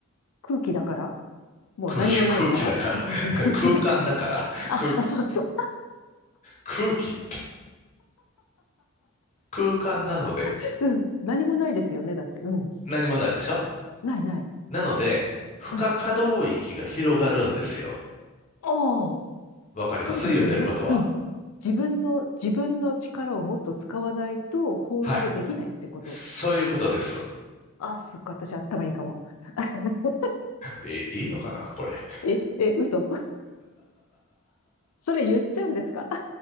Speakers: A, on the left; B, on the left.
A: 空気だからもう何もないから
B: 空気、空気だから
A: <laughs>
B: <laughs>
A: 空気だから
B: 空間だから、
A: あ、
B: 空、
A: あ、そうそう。
B: 空気、空間なので、
A: <laughs> うん。何もないですよね。だって。うん。
B: 何もないでしょ
A: ないない。
B: なので、負荷可動域が広がるんですよ。
A: うんおお、
B: わかります言ってることは。
A: そうですよね。うん。自分の、自分の力をもっと使わないと、ホールドできないってこと。
B: はい。そういうことです。
A: あ、すっごい、私頭いいかも。<laughs>
B: え、いいのかなこれ。
A: え、え、嘘。それ言っちゃうんですか